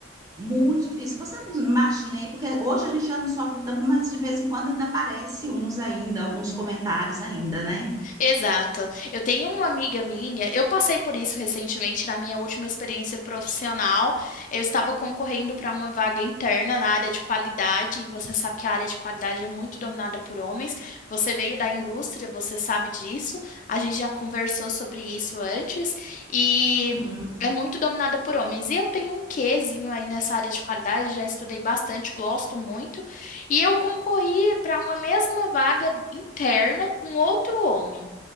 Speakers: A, on the right; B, on the left.
A: Muito difícil. Você imagina aí, porque hoje a gente já não sofre tanto, mas de vez em quando ainda aparece uns ainda, alguns comentários ainda, né?
B: Exato. Eu tenho uma amiga minha, eu passei por isso recentemente na minha última experiência profissional. Eu estava concorrendo para uma vaga interna na área de qualidade, e você sabe que a área de qualidade é muito dominada por homens. Você veio da
A: Sim.
B: indústria, você sabe disso. A gente já conversou sobre isso antes e
A: Uhum.
B: é muito dominada por homens. E eu tenho um quezinho aí nessa área de qualidade, já estudei bastante, gosto muito. E eu concorri para uma mesma vaga interna com outro homem.